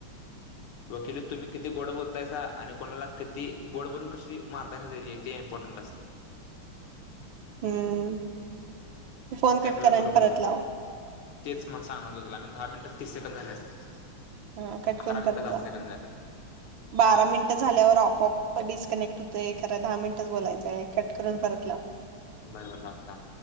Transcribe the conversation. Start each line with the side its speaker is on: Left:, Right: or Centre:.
Left: वकिली तुम्ही, किती गोड बोलतायसा, आणि कोणाला किती गोड बोलून कशी मारतायसा तिची, ते इम्पॉर्टंट असते.
Right: हम्म.. ते फोन
Left: आपल्याला
Right: कट करा,
Left: बरोबर
Right: आणि परत
Left: जमते.
Right: लाव.
Left: तेच मग सांगणार होतो, तुला मी दहा मिनटात तीस सेकंद झाली असतील.
Right: हा कट
Left: अकरा
Right: करून परत
Left: मिनिटं दहा
Right: लाव.
Left: सेकंद झाले.
Right: बारा
Left: हा
Right: मिनिट झाल्यावर ऑप, ऑप डिस्कनेक्ट होत एक खरा दहा मिनिटच बोलायचं आहे कट करून परत लाव
Left: बरोबर लावत थांब